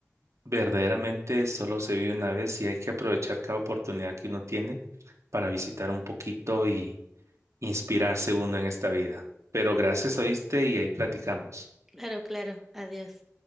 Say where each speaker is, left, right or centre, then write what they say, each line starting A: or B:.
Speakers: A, on the right; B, in the centre.
A: verdaderamente solo se vive una vez y hay que aprovechar cada oportunidad que uno tiene para visitar un poquito y inspirarse uno en esta vida. Pero gracias, ¿oíste? Y ahí platicamos.
B: Claro, claro, adiós.